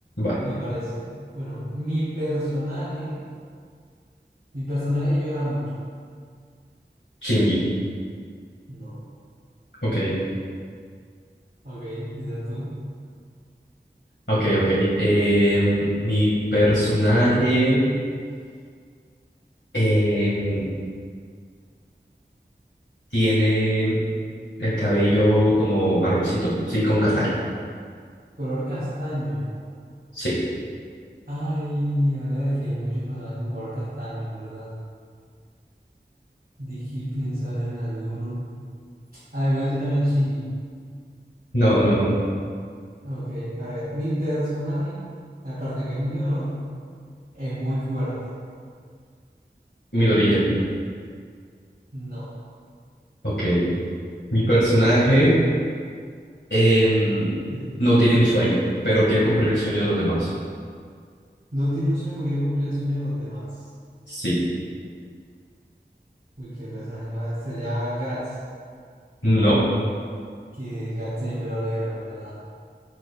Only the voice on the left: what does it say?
Va,
Shinji.
Ok,
ok, ok. Em, mi personaje em, tiene el cabello como marroncito, sí, como castaño.
Sí,
no, no,
mi dorilla.
Ok, mi personaje Em,
no tiene un sueño, pero quiere cumplir el sueño de los demás.
Sí.
No.